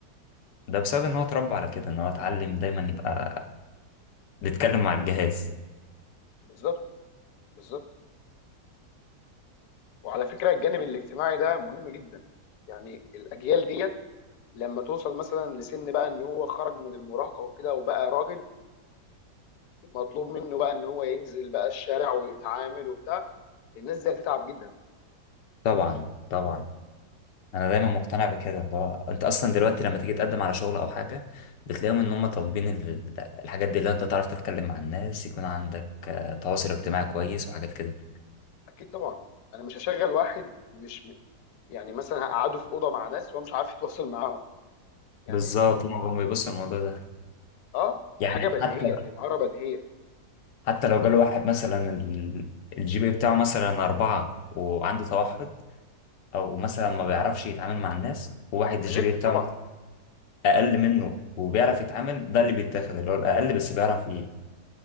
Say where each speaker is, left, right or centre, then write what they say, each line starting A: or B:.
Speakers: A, on the left; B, on the left.
A: ده بسبب ان هو اتربى على كده ان هو اتعلم دايما يبقى بيتكلم مع الجهاز
B: بالظبط بالظبط وعلى فكره الجانب الاجتماعي ده مهم جدا يعني الاجيال ديت لما توصل مثلا لسن بقى ان هو خرج من المراهقه وكده وبقى راجل مطلوب منه بقى ان هو ينزل بقى الشارع ويتعامل وبتاع الناس دي هتتعب جدا
A: طبعا طبعا انا دايما مقتنع بكده ده انت اصلا دلوقتي لما تيجي تقدم على شغل او حاجة بتلاقيهم ان هم طالبين ال- الحاجات دي اللي انت تعرف تتكلم مع الناس يكون عندك آه، تواصل اجتماعي كويس وحاجات كده
B: اكيد طبعا انا مش هشغل واحد مش يعني مثلا هقعدوا في اوضه مع ناس وهو مش عارف يتواصل معاهم يعني
A: بالظبط هم بيبصوا الموضوع ده
B: اه
A: يعني
B: دي حاجه بديهيه
A: حتى
B: دي مهاره بديهيه
A: حتى لو جاله واحد مثلا الجي بي إيه بتاعه مثلا أربعة وعنده توحد أو مثلا ما بيعرفش يتعامل مع الناس وواحد
B: ريجكت
A: الجي بي إيه بتاعه
B: طبعا
A: أقل منه وبيعرف يتعامل ده اللي بيتاخد اللي هو الأقل بس بيعرف ي-